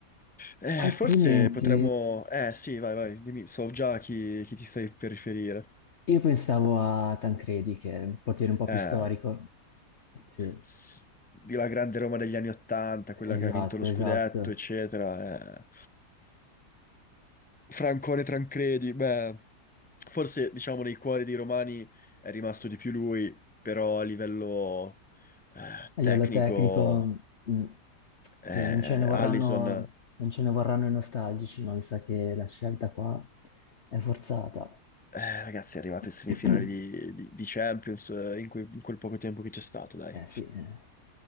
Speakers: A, in the centre; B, on the left.
A: Eh,
B: Altrimenti,
A: forse potremmo... Eh sì, vai, vai, dimmi, so già chi, chi ti stai per riferire.
B: io pensavo a Tancredi, che è un portiere un po'
A: Eh,
B: più storico. Sì,
A: s- di la grande Roma degli anni Ottanta, quella
B: esatto,
A: che ha vinto lo scudetto,
B: esatto.
A: eccetera. eh. Francone Tancredi, beh, forse diciamo nei cuori dei romani è rimasto di più lui, però a livello eh,
B: A
A: tecnico
B: livello tecnico, mh,
A: eh,
B: sì, non ce ne vorranno,
A: Allison
B: non ce ne vorranno i nostalgici, ma mi sa che la scelta qua è forzata.
A: Eh, ragazzi, è arrivato
B: <clears throat>
A: in semifinale di, di- di Champions eh, in, que- in quel poco tempo che c'è stato, dai.
B: Eh sì, eh.